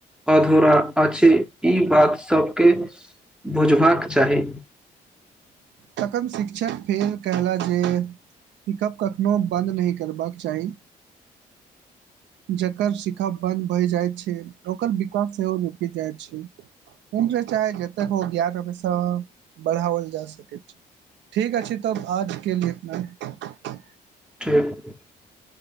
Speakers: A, in the centre; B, on the right.
A: अधूरा अछि ई बात सभके बुझबाक चाही
B: तखन शिक्षक फेल कयलन जे पिकअप कखनो बन्द नहि करबाक चाही जकर शिखा बंद भय जाय छै ओकर विकास सेहो रुकि जाय छै उम्र चाहे जतक ओ ज्ञान हमेशा बढ़ाओल जा सकैय ठीके अछि तब आज क लिए इतना ही
A: <inaudible>